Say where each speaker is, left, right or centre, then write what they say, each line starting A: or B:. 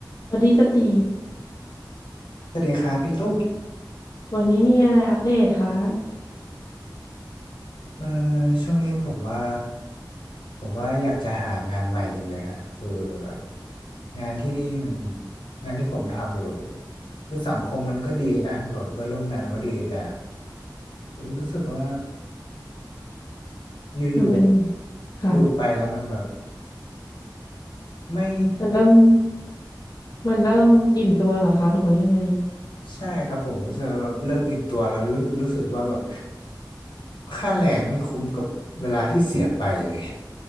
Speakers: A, on the left; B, on the left.
A: สวัสดีจติ
B: สวัสดีครับพี่ตุ้ม
A: วันนี้มีอะไรอัปเดตคะ
B: เอ่อช่วงนี้ผมว่าผมว่าอยากจะหางานใหม่จังเลยฮะคือแบบงานที่นี่มันงานที่ผมทำอยู่คือสังคมมันก็ดีนะแบบเพื่อนร่วมงานมันก็ดีแต่รู้สึกว่าอยู่ๆอยู่ไปแล้วมันแบบ
A: มันเป็นยังไง ค่ะ
B: ไม่
A: มันเริ่ม มันเริ่มอิ่มตัวเหรอคะ หรือว่ายังไง
B: ใช่ครับผมรู้สึกว่าแบบเริ่มอิ่มตัวแล้วรู้รู้สึกว่าแบบค่าแรงไม่คุ้มกับเวลาที่เสียไปเลย